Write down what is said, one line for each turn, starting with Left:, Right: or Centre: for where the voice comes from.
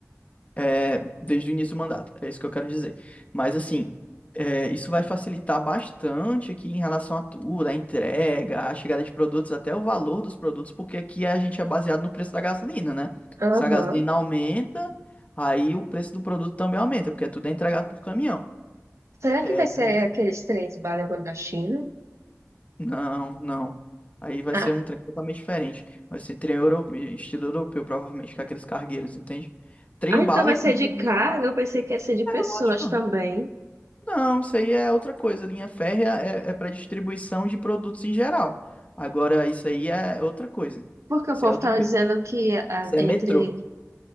Left: é, desde o início do mandato. É isso que eu quero dizer. Mas, assim, é, isso vai facilitar bastante aqui em relação à tudo, à entrega, à chegada de produtos, até o valor dos produtos, porque aqui a gente é baseado no preço da gasolina, né?
Right: aham.
Left: Se a gasolina aumenta, aí o preço do produto também aumenta, porque tudo é entregado por caminhão.
Right: Será
Left: É,
Right: que vai
Left: beleza.
Right: ser aqueles trens balangando da China?
Left: não, não. Aí vai
Right: Ah,
Left: ser um trem totalmente diferente. Vai ser trem europeu, estilo europeu, provavelmente, com aqueles cargueiros, entende? Trem
Right: ah, então
Left: bala,
Right: vai ser
Left: inclusive.
Right: de carga? Eu pensei que ia ser de pessoas
Left: É lógico.
Right: também.
Left: Não, isso aí é outra coisa. Linha férrea é, é para distribuição de produtos em geral. Agora, isso aí é outra coisa.
Right: Porque o
Left: Isso
Right: povo
Left: é outra
Right: estava
Left: coisa.
Right: dizendo que ah,
Left: Isso é
Right: entre
Left: metrô.